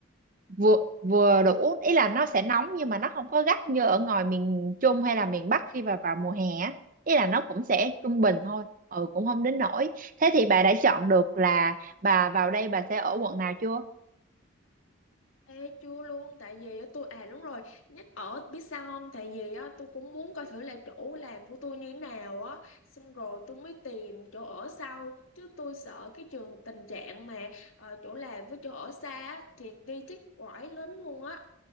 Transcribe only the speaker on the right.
vừa vừa đủ ý là nó sẽ nóng nhưng mà nó không có gắt như ở ngoài miền Trung hay là miền Bắc khi mà vào mùa hè á. ý là nó cũng sẽ trung bình thôi ừ cũng không đến nỗi thế thì bà đã chọn được là bà vào đây bà sẽ ở quận nào chưa